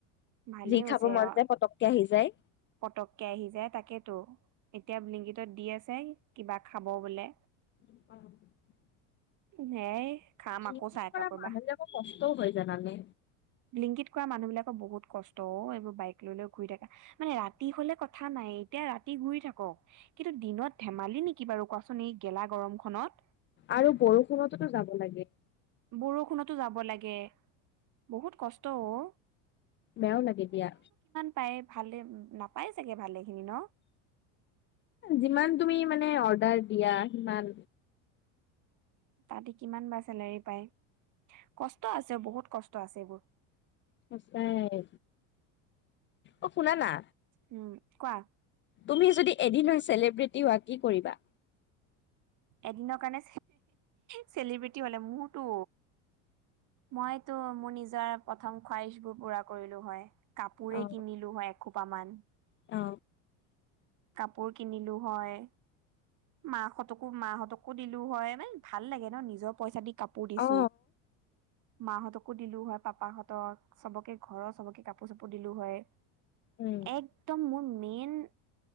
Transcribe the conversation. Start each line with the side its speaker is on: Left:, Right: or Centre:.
Right: ভালেই
Left: যি
Right: হৈছে
Left: খাব মন
Right: অ
Left: যায় পতককে আহি যায়।
Right: পতককে আহি যায় তাকেতো এতিয়া লিংগিতত দি আছে কিবা খাব বোলে।
Left: <unintelligible>
Right: হেই খাম
Left: ডিউটিত
Right: আকৌ চাহ একাপ
Left: কৰা
Right: ৰবা
Left: মানুহ বিলাকৰ কষ্টও হয় জানানে
Right: লিংগিত কৰা মানুহবিলাক বহুত কষ্ট অ এইবোৰ বাইক লৈ লৈ ঘুৰি থাকা মানে ৰাতি হলে কথা নাই এতিয়া ৰাতি ঘূৰি থাকক কিন্তু দিনত ধেমালি নেকি বাৰু কোৱাচোন এই গেলা গৰম খনত
Left: আৰু বৰষুণততো যাব লাগে।
Right: বৰষুণতো যাব লাগে বহুত কষ্ট অও
Left: বেয়াও লাগে দিয়া।
Right: পাই ভালেই নাপায় চাগে ভালেই খিনি ন
Left: যিমান তুমি মানে অৰ্ডাৰ দিয়া সিমান
Right: তাতে কিমান বা চেলেৰী পায় কষ্ট আছে বহুত কষ্ট আছে এইবোৰ।
Left: সঁচায়েই অ শুনা না
Right: উম কোৱা
Left: তুমি যদি এদিনৰ চেলিব্ৰিটি হোৱা কি কৰিবা।
Right: এদিনৰ কাৰণে চেলিব্ৰিটি হলে মোৰ তো মইতো মোৰ নিজৰ প্ৰথম খোৱাহিচ বোৰ পুৰা কৰিলো হয় কাপোৰে
Left: অ
Right: কিনিলো হয় এসোপামান
Left: অ
Right: কাপোৰ কিনিলো হয়। মাহঁতকো মাহঁতকো দিলো হয় মানে ভাল লাগে ন নিজৰ পইচা দি। কাপোৰ দিছোঁ।
Left: অ
Right: মাহঁতকো দিলো হয় পাপাহঁতক চবকে ঘৰৰ চবকে কাপোৰ চাপোৰ দিলো হয়।
Left: উম
Right: একদম মোৰ মেইন।